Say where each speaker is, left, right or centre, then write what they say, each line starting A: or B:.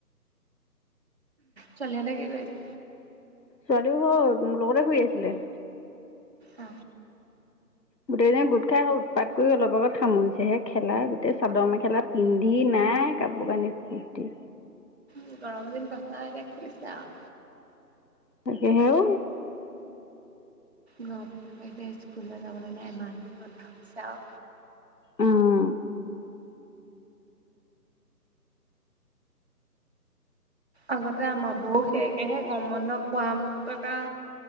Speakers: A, on the right (about 40°); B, on the left (about 90°).
A: ছোৱালী হতে কি কৰি আছে?
B: ছোৱালীও মোৰ লগতে শুই আছিলে
A: আ
B: গোটেইজনী গোট খাই উৎপাত কৰি অলপ আগত সামৰিছেহে খেলা গোটেই চাদৰ মেখেলা পিন্ধি নাই হে কাপোৰ কানিৰ কুৰ্তি
A: উ গৰম দিন পাছা এতিয়া খেলিছে আও
B: তাকে সেও
A: গ যে স্কুললৈ যাবলৈ নাই এমাহ দিন বন্ধ দিছে আও
B: উম
A: আগতে আমাৰ বৌ হে একেই হে গৰম বন্ধ পোৱা মাত্ৰকৈ